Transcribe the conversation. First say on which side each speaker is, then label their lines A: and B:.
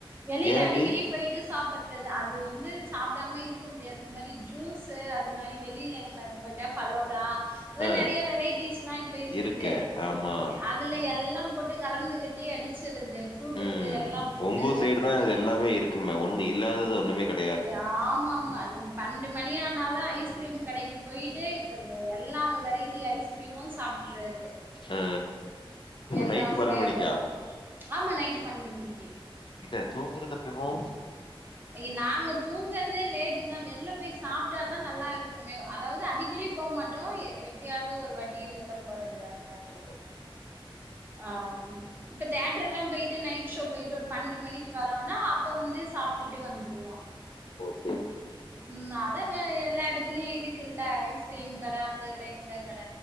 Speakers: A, on the right; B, on the left.
A: வெளில
B: ஏன்
A: அடிக்கடி
B: இப்டி?
A: போயிட்டு சாப்பறது அது வந்து சாப்டாம இருக்க முடியாது அந்த மாதிரி ஜூஸ்சு அது மாரி வெளில எங்கனாது போயிட்டா ஃபாலோ டா அதா
B: ஆ
A: நெறையா வெரைட்டிஸ்லா இப்ப இருக்குதே
B: இருக்க. ஆமா.
A: ய அதுல எல்லா போட் டு கலந்துகட்டி அடிச்சிறது ஃப்ரூட்
B: ம்.
A: இது எல்லா போட்டு
B: உங்க ஊர் சைடு
A: இது
B: தான்
A: பண்ணி
B: எல்லாமே இருக்குமே ஒண்ணு இல்லாதத ஒண்ணுமே கட்
A: டு ஆமா ஆமா அது பன்னெண்டு மணி ஆனாலு ஐஸ்க் கிரீம் கடைக்கி போயிட்டு க வு எல்லா வெரைட்டி ஐஸ்கிரீமு சாப்டுறது
B: ஆ
A: எல்லா
B: நைட்டு
A: ஃபிளேவரு
B: மணிக்கா?
A: ஆமா நைட்டு பன்னெண்டு மணிக்கு
B: இல்ல தூங்குறது எப்பவோ
A: ஐ நாங்க தூங்குறதே லேட்டு தா வெளில போய் சாப்ட்டாதா நல்லா இருக்குமே அதாவது அடிக்கடி போ மாட்டோ எ எப்பயாவது ஒரு வாட்டி வெள்ல போறது இது மாரி
B: ஓ
A: இருக்கு
B: சரி,
A: அ ம் இப்ப தேட்டர் எல்லா போயிட்டு நைட் ஷோ போயிட்டு ஒரு பன்னெண்டு மணிக்கு வரோனா அப்ப வந்து சாப்ட்டுட்டு வந்துருவோ
B: ஓ சேரி
A: ம் அதாங்க எல்லா எடத்துலயு இருக்குல்ல ஐஸ்கிரீம் கட அந்த கட இந்த கட